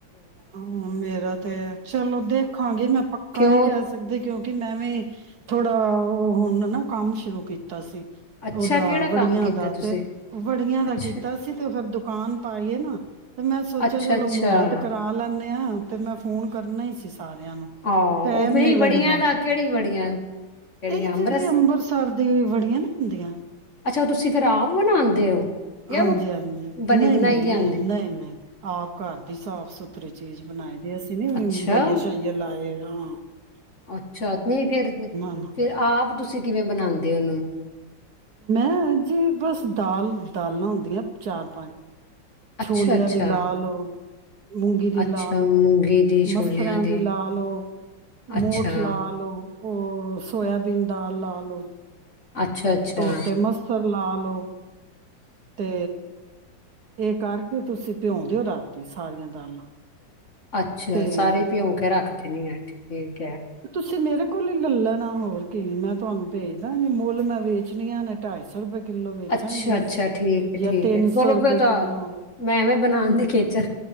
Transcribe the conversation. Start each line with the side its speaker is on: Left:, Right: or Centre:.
Right: ਹਾਂ ਮੇਰਾ ਤੇ ਚਲੋ ਦੇਖਾਂਗੇ। ਮੈਂ ਪੱਕਾ
Left: ਕਿਉਂ
Right: ਨਹੀਂ ਕਹਿ ਸੱਖਦੀ ਕਿਉਂ? ਕਿ, ਮੈਂ ਵੀ ਥੋੜਾ ਉਹ ਹੁਣ ਨਾ ਕੰਮ ਸ਼ੁਰੂ ਕੀਤਾ ਸੀ।
Left: ਅੱਛਾ
Right: ਉਹਦਾ
Left: ਕਿਹੜਾ
Right: ਵੜੀਆਂ
Left: ਕੰਮ ਕੀਤਾ
Right: ਦਾ
Left: ਤੁਸੀਂ
Right: ਤੇ- ਵੜੀਆਂ ਦਾ
Left: ਅੱਛਾ
Right: ਕੀਤਾ ਸੀ, ਤੇ ਫਿਰ ਦੁਕਾਨ। ਪਾਈਏ ਨਾ। ਤੇ, ਮੈਂ ਸੋਚਿਆ
Left: ਅੱਛਾ
Right: ਚਲੋ
Left: ਅੱਛਾ
Right: ਮੂਹਰਤ। ਲਾਨੇ ਹਾਂ ਤੇ ਮੈਂ ਨਾਲ ਫੋਨ ਕਰਨਾ ਹੀ ਸੀ। ਸਾਰਿਆਂ ਨੂੰ
Left: ਹਾਂ
Right: ਟਾਈਮ ਨੀ ਲੱਗਦਾ
Left: ਬੜੀਆਂ ਦਾ ਕਿਹੜੀ ਵੜੀਆਂ ਜਿਹੜੀਆਂ
Right: ਇਹ
Left: ਅੰਮ੍ਰਿਤਸਰ
Right: ਜਿਹੜੀ ਅੰਬਰਸਰ ਦੀ ਵੜੀਆਂ ਨੀ ਹੁੰਦੀਆਂ
Left: ਅੱਛਾ ਤੁਸੀਂ ਫਿਰ ਆਪ ਬਣਾਦੇ ਹੋ। ਜਾਂ
Right: ਹਾਂਜੀ-ਹਾਂਜੀ
Left: ਉਹ ਬਣੀ
Right: ਨਹੀਂ
Left: ਬਣਾਈ
Right: ਨਹੀਂ
Left: ਲਿਆਂਦੇ
Right: -ਨਹੀਂ ਨਹੀਂ ਆਪ ਘਰ ਦੀ ਸਾਫ਼ ਸੁਥਰੀ ਚੀਜ਼ ਬਣਾਈ ਦੀ ਅਸੀਂ ਨਹੀਂ
Left: ਅੱਛਾ
Right: ਬਹੀਆ, ਸ਼ਹੀਆ। <unintelligible>
Left: ਅੱਛਾ, ਤੁਸੀਂ
Right: ਨਾ
Left: ਫਿਰ ਆਪ ਤੁਸੀਂ ਕਿਵੇਂ ਬਣਾਦੇ ਹੋ ਉਹਨੂੰ।
Right: ਮੈਂ, ਜੀ ਬਸ ਦਾਲ- ਦਾਲਾਂ ਹੁੰਦੀਆਂ ਚਾਰ ਪੰਜ।
Left: ਅੱਛਾ
Right: ਛੋਲਿਆਂ
Left: ਅੱਛਾ
Right: ਦੀ ਲਾ ਲਓ। ਮੂੰਗੀ ਦੀ
Left: ਅੱਛਾ
Right: ਲਾ ਲਓ,
Left: ਮੂੰਗੀ ਦੀ ਛੋਲਿਆਂ
Right: ਮਸਰਾਂ ਦੀ ਲਾ ਲਓ,
Left: ਅੱਛਾ
Right: ਮੋਠ ਲਾ ਲਓ। <unintelligible> <unintelligible> ਸੋਇਆਬੀਨ ਦਾਲ ਲਾ ਲਓ।
Left: ਅੱਛਾ ਅੱਛਾ
Right: ਧੋਤੇ ਮਸਰ ਲਾ ਲਓ, ਤੇ। ਇਹ ਕਰਕੇ, ਤੁਸੀਂ ਭਿਉਂਦੇਓ ਰਾਤੀ ਸਾਰੀਆਂ ਦਾਲਾਂ।
Left: ਅੱਛਾ,
Right: ਤੇ
Left: ਸਾਰੇ ਭਿਉਂ ਕੇ ਰੱਖ ਦੇਨੀ ਆ ਠੀਕ ਹੈ।
Right: ਅੱਛ ਮੇਰੇ ਕੋਲ ਹੀ ਲਲ ਲੈਣਾ ਹੋਰ ਕੀ ਮੈਂ ਤੁਹਾਨੂੰ ਭੇਜਦਾ ਗੀ ਮੁੱਲ ਮੈਂ ਵੇਚਣੀਆਂ ਨੇ ਢਾਈ ਸੌ ਰੁਪਏ ਕਿੱਲੋ ਵੇਚਾਂਗੀ
Left: ਅੱਛਾ-ਅੱਛਾ,
Right: ਜਾਂ
Left: ਠੀਕ ਹੈ-ਠੀਕ
Right: ਜਾਂ ਤਿੰਨ
Left: ਹੈ ਚਲੋ
Right: ਸੌ ਰੁਪਏ
Left: ਫਿਰ ਤਾਂ,
Right: ਕਿੱਲੋ
Left: ਮੈਂ ਐਵੇਂ ਬਨਾਣ ਦੀ ਖੇਚਲ਼